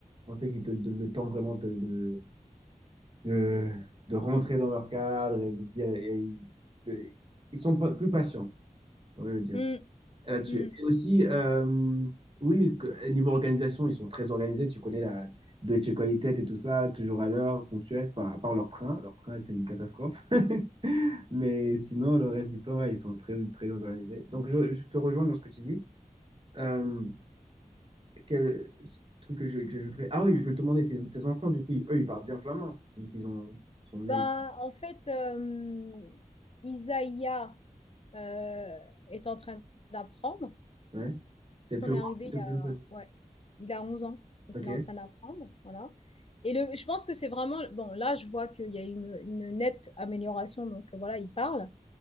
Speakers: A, on the right; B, on the left.
A: En fait, qu'ils te donnent le temps vraiment de, de- de, de rentrer dans leur cadre et de dire. et de- ils sont pas, plus patients, on va le dire,
B: Mm,
A: là-dessus.
B: mm.
A: Et aussi, euh, oui, que- niveau organisation, ils sont très organisés. Tu connais la Deutsche Qualität et tout ça, toujours à l'heure, ponctuel, enfin, à part leur train. Leur train, c'est une catastrophe. <laughs> Mais sinon, le reste du temps, ouais, ils sont très, très organisés. Donc, je, je te rejoins dans ce que tu dis. Euh, quel truc que je- que j'ajouterais? Ah oui, je veux te demander, tes, tes enfants, du coup, ils- eux, ils parlent bien flamand, vu qu'ils ont, sont nés.
B: Ben, en fait, euh, Isaiah euh, est en train d'apprendre.
A: Ouais. C'est
B: Parce
A: le
B: qu'on
A: plus
B: est
A: grand
B: arrivé
A: ou c'est
B: il y
A: le
B: a,
A: plus jeune?
B: ouais, il a 11 ans. Donc,
A: Ok.
B: il est en train d'apprendre. Voilà. Et le, je pense que c'est vraiment. Bon, là, je vois qu'il y a une, une nette amélioration. Donc, voilà, il parle.